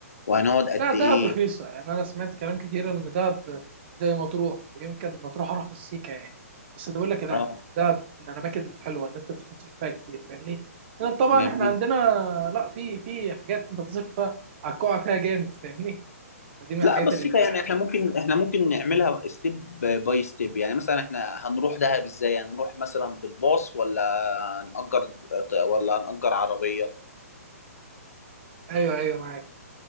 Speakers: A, on the left (about 70°); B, on the right (about 45°).
A: وهنقعد قد
B: لا دهب
A: ايه
B: رخيصة يعني انا سمعت كلام كتير ان دهب زي مطروح ويمكن مطروح ارخص سيكا يعني بس ده بقول لك يعني
A: اه
B: دهب من الاماكن الحلوة ان انت مش هتصرف فيها كتير فاهمني لان طبعا
A: جميل
B: احنا عندنا لا في في حاجات انت تصرف فيها هتقع فيها جامد فاهمني فدي من
A: لا
B: الحاجات
A: بسيطة
B: ال-
A: يعني احنا ممكن احنا ممكن نعملها ستيب باي ستيب يعني مثلا احنا هنروح دهب ازاي هنروح مثلا بالباص ولا هنأجر ولا هنأجر عربية
B: ايوه ايوه معاك